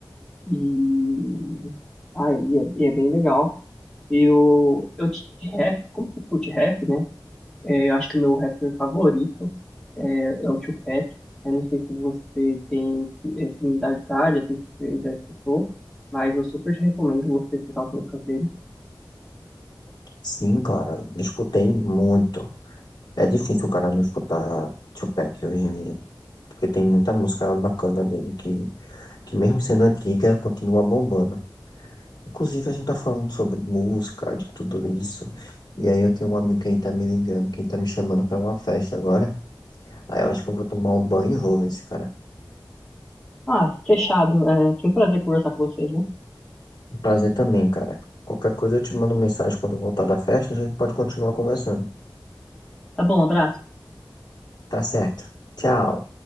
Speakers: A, in the centre; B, on the left.
A: E, ah, e é, e é bem legal. Eu, eu de de rap, como você curte rap, né? É, eu acho que o meu rapper favorito é, é o Tupac. Eu não sei se você tem eh, similaridade, assim, se você já escutou, mas eu super te recomendo você escutar as músicas dele.
B: sim, cara. Escutei muito. É difícil o cara não escutar Tupac hoje em dia. Porque tem muita música bacana dele que, que mesmo sendo antiga, continua bombando. Inclusive, a gente tá falando sobre música, de tudo isso. E aí eu tenho um amigo que ele tá me ligando, que ele tá me chamando pra uma festa agora. Aí eu acho que eu vou tomar um banho e vou ver esse cara.
A: Ah, fechado. É, foi um prazer conversar com vocês, né?
B: Prazer também, cara. Qualquer coisa eu te mando mensagem quando eu voltar da festa, a gente pode continuar conversando.
A: Tá bom, abraço.
B: Tá certo. Tchau.